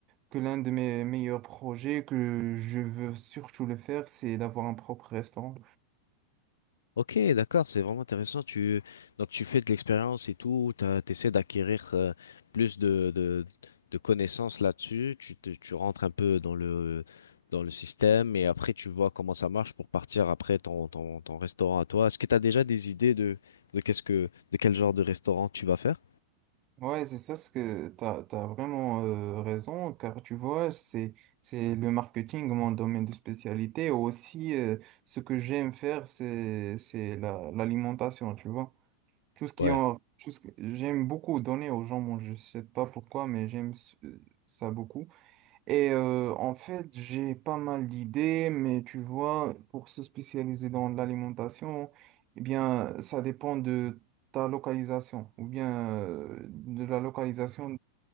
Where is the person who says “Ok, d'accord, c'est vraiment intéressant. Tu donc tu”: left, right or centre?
Left